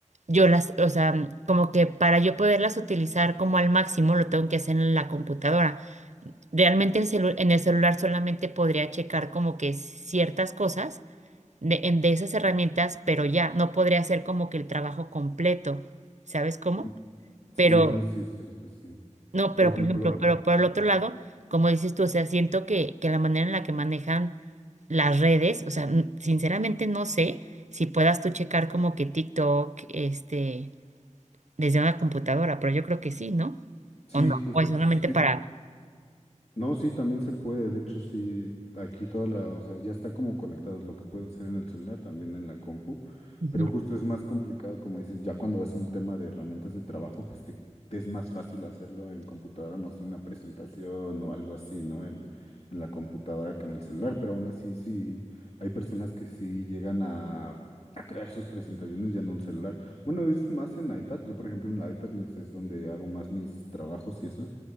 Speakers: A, on the right; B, on the left.
A: yo las, o sea, como que para yo poderlas utilizar como al máximo, lo tengo que hacer en la computadora. Realmente el celu- en el celular solamente podría checar como que ciertas cosas de, en- de esas herramientas, pero ya, no podría hacer como que el trabajo completo, ¿sabes cómo?
B: Mm, Sí,
A: Pero,
B: bueno, sí, es cierto, sí.
A: no, pero
B: Por ejemplo,
A: por ejemplo, pero por el otro lado, como dices tú, o sea, siento que, que la manera en la que manejan las redes, o sea, n- sinceramente no sé si puedas tú checar como que TikTok, este, desde una computadora, pero yo creo que sí, ¿no?
B: sí,
A: O no,
B: justo,
A: o es
B: sí,
A: solamente para...
B: No, sí, también se puede. De hecho, sí, aquí toda la, o sea, ya está como conectado lo que puedes hacer en el celular, también en la compu.
A: Ujú.
B: Pero justo es más complicado, como dices, ya cuando vas a un tema de herramientas de trabajo, pues te, te es más fácil hacerlo en computadora, no sé, una presentación o algo así, ¿no? En, en la computadora que en el celular. Pero aún así, sí, hay personas que sí llegan a, a crear sus presentaciones ya en un celular. Bueno, es más en iPad. Yo, por ejemplo, en la iPad pues, es donde hago más mis trabajos y eso.